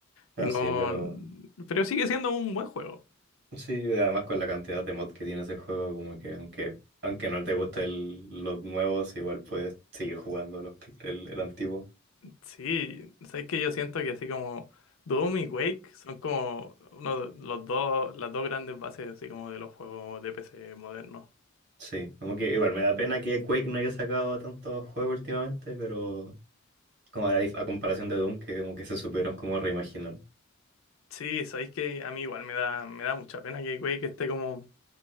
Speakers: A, on the right; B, on the left.
A: así,
B: Y no.
A: pero
B: Pero sigue siendo un buen juego.
A: sí, además con la cantidad de mods que tiene ese juego, como que aunque, aunque no te gusten el- los nuevos, igual puedes seguir jugando los, el el antiguo.
B: Sí, sabes que yo siento que así como Doom y Quake son como uno de los dos, las dos grandes bases así como de los juegos de PC modernos.
A: Sí, como que igual me da pena que Quake no haya sacado tantos juegos últimamente, pero como a, dif- a comparación de Doom, que como que se supieron como reimaginar.
B: Sí, sabéis que a mí igual me da, me da mucha pena que Quake esté como